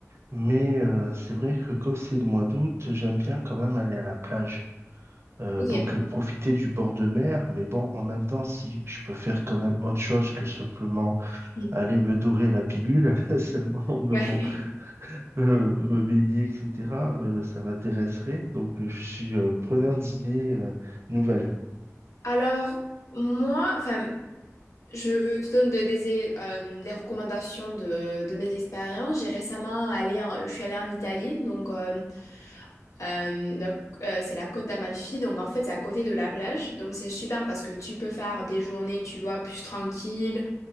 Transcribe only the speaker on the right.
mais euh, c'est vrai que comme c'est le mois d'août, j'aime bien quand même aller à la plage. Euh,
donc euh, profiter du bord de mer, mais bon, en même temps, si je peux faire quand même autre chose que simplement
aller me dorer la pilule, <laughs> seulement me,
bon, euh, me baigner, etc., euh, ça m'intéresserait. Donc euh, je suis euh, preneur d'idées euh, nouvelles.